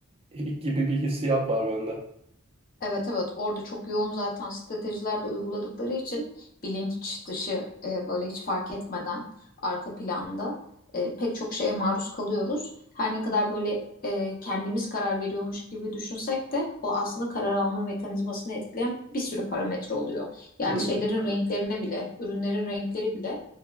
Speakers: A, on the right; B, on the left.
A: <laughs> gibi bir hissiyat var bende.
B: Evet evet orada çok yoğun zaten stratejiler de uyguladıkları için bilinç dışı e, böyle hiç fark etmeden arka planda e, pek çok şeye maruz kalıyoruz. Her ne kadar böyle e, kendimiz karar veriyormuş gibi düşünsek de o aslında karar alma mekanizmasını etkileyen bir sürü parametre oluyor. Yani
A: Hmm,
B: şeylerin renklerine bile, ürünlerin renkleri bile